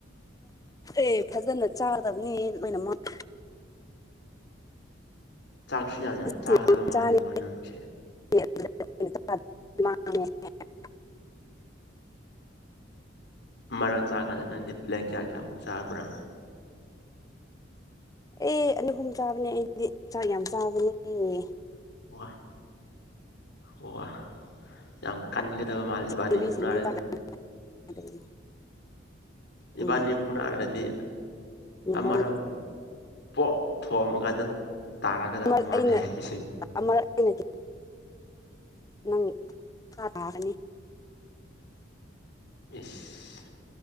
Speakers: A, on the left; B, on the left.
A: ꯑꯦ ꯐꯖꯅ ꯆꯥꯗꯕꯅꯤ ꯑꯩꯣꯏꯅꯃꯛ
B: ꯆꯥꯛꯁꯨ ꯌꯥꯖꯥꯟ ꯆꯥꯛꯗꯕ
A: ꯁꯤꯡ
B: ꯃꯥꯂꯦ
A: ꯆꯥꯅꯤ
B: ꯀꯣꯟꯅꯪꯁꯦ
A: <inaudible>
B: ꯃꯔꯛ ꯆꯥꯀꯥꯟꯗ ꯅꯪꯗꯤ ꯄ꯭ꯂꯦꯛ ꯀꯌꯥ ꯀꯌꯥꯃꯨꯛ ꯆꯥꯕ꯭ꯔꯥ
A: ꯑꯦ ꯑꯅꯤ ꯑꯍꯨꯝ ꯆꯥꯕꯅꯦ ꯑꯩꯗꯤ ꯆꯥꯛ ꯌꯥꯝ ꯆꯥꯕꯅꯦ
B: ꯋꯥ ꯋꯥ ꯋꯥ ꯌꯥꯝ ꯀꯟꯅꯤꯡꯒꯗꯕ ꯃꯥꯜꯁꯤꯕꯥꯅꯤ
A: ꯆꯦ ꯃꯤꯁꯤꯡꯗꯤ
B: ꯐꯅꯔꯁꯤ
A: ꯆꯥꯛ ꯌꯥꯝ ꯀꯩꯅꯣ
B: ꯏꯕꯥꯅꯤꯄꯨꯅ
A: ꯎꯝ
B: ꯍꯥꯏꯗꯤ
A: ꯃꯣꯏ
B: ꯑꯔ ꯄꯣꯛ ꯊꯣꯑꯝꯒꯗ ꯇꯔꯒꯗꯕ
A: ꯑꯃ
B: ꯃꯥꯂꯦ
A: ꯑꯩꯅ
B: ꯍꯥꯏꯁꯤ
A: ꯑꯃꯔꯛ ꯑꯩꯅ ꯅꯪꯥ ꯇꯥꯒꯅꯤ
B: ꯏꯁꯁ